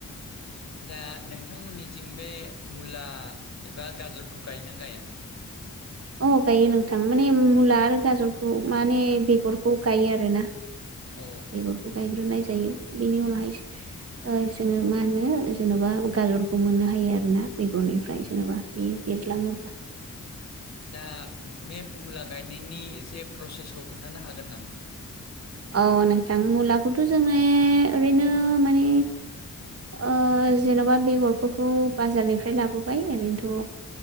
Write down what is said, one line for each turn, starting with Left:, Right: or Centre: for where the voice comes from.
Left: दा नोंथांमोननिथिं बे मुला एबा गाजरखौ गायोना गाया?
Right: औ गायो नोंथां माने मुला आरो गाजरखौ माने बेगरखौ गायो आरोना।
Left: अ
Right: बेगरखौ गायग्रोनाय जायो। बिनि उनावहायसो ओ जोङो मा होनो जेन'बा गाजरखौ मोननो हायो आरो ना बेगरनिफ्राय जेन'बा। बे बेग्लांङोबा
Left: दा बे मुला गायनायनि एसे प्रसेसखौ खोन्थानो हागोन नामा?
Right: औ नोंथां मुलाखौथ' जोङो ओरैनो माने ओ जेन'बा बेगरफोरखौ बाजारनिफ्राय लाबोबाय ओरैनोथ'